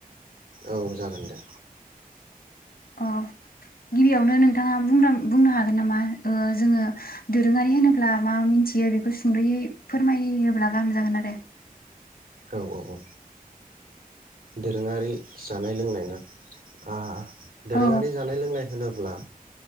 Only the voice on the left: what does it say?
अह गिबियावनो नोंथाङा बुंदों बुंनो हागोन नामा ओ जोङो दोरोङारि होनोब्ला मा मिथियो बेखौ सुंदयै फोरमायोयोब्ला गाहाम जागोन आरो।
औ